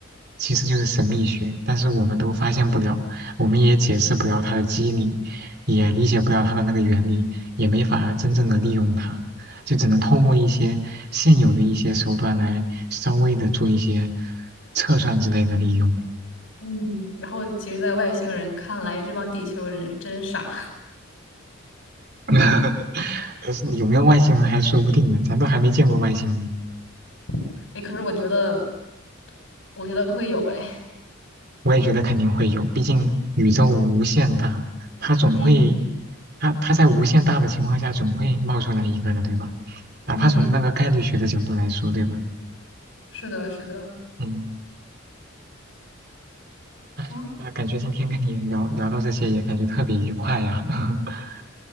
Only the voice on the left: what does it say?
嗯，然后其实，在外星人看来，这帮地球人真傻。
<laughs> 哎，可是我觉得，我觉得会有哎。
嗯
嗯，
是的，是的，
啊，